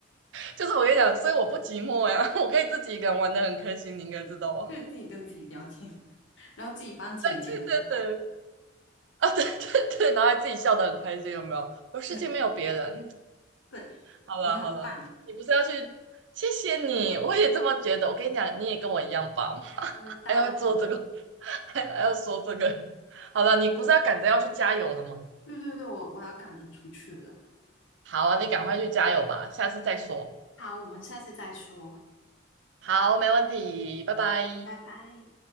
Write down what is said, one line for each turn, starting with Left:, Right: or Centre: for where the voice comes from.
Right: 就是我跟你讲，所以我不寂寞呀，<laughs> 我可以自己一个人玩的很开心，你应该知道啊。
Left: <laughs> 可以自己跟自己聊天。然后自己帮自己剪头发。
Right: 对对对，啊，对对对，然后还自己笑得很开心，有没有？我世界没有别人。
Left: 对对，
Right: 好了好了，
Left: 你很棒，
Right: 你不是要去？谢谢你，我也这么觉得。我跟你讲，你也跟我一样棒，<laughs>
Left: 对大家都很，
Right: 还要做这个，<laughs> 还还要说这个。好了，你不是要赶着要去加油了吗？
Left: 对对对，我我要赶着出去了。
Right: 好啊，你赶快去加油吧，下次再说。
Left: 好，我们下次再说，
Right: 好，没问题，拜拜。
Left: 拜拜。